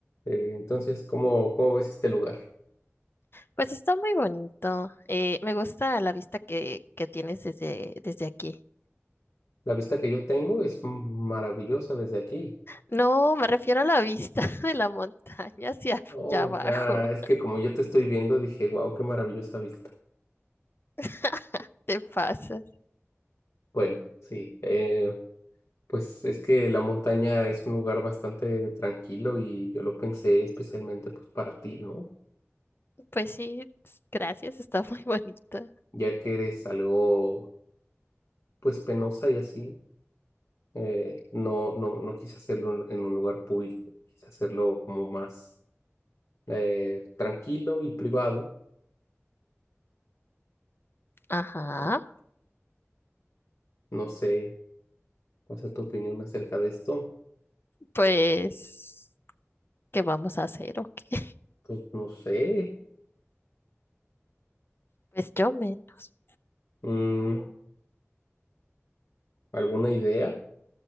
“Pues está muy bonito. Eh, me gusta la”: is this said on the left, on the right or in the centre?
Left